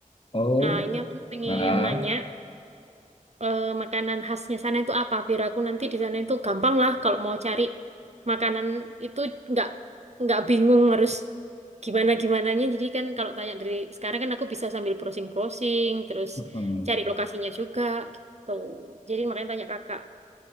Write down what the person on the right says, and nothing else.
Nah, ini aku pengen
nanya, eh, makanan khasnya sana itu apa biar aku nanti di sana itu gampang lah kalau mau cari makanan itu nggak nggak bingung harus gimana gimananya jadi kan kalau tanya dari sekarang kan aku bisa sambil browsing browsing terus
cari lokasinya juga gitu jadi makanya tanya kakak